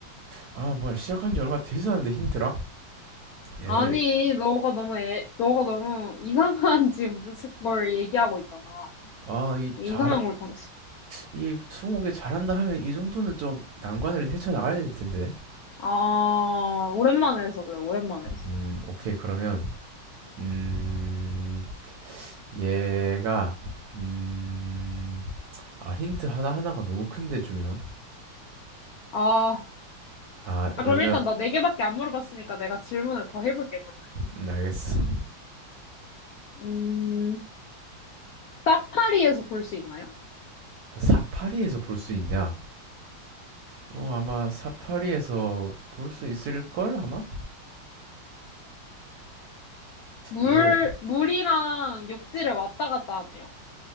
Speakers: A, on the right; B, on the left.
A: 아, 뭐야 시작한 지 얼마 되지도 않은데 힌트라? 에이,
B: 아니, 너가 너무, 애, 너가 너무 이상한 <laughs> 지금 걸 얘기하고 있잖아.
A: 아, 이
B: 이상한
A: 잘,
B: 걸 정했어.
A: 이 스무고개 잘한다 하면 이 정도는 좀 난관을 헤쳐나가야 될 텐데.
B: 아, 오랜만에 해서 그래, 오랜만에 해서.
A: 음, 오케이, 그러면, 음, 얘가, 음, 아, 힌트 하나하나가 너무 큰데 주면.
B: 아,
A: 아, 그러면,
B: 아, 그럼 일단 나 네 개밖에 안 물어봤으니까 내가 질문을 더 해볼게, 그러면.
A: 음, 알겠어.
B: 음, 사파리에서 볼 수 있나요?
A: 사파리에서 볼 수 있냐? 어, 아마 사파리에서 볼 수 있을걸, 아마?
B: 물,
A: 이거,
B: 물이랑 육지를 왔다 갔다 하나요?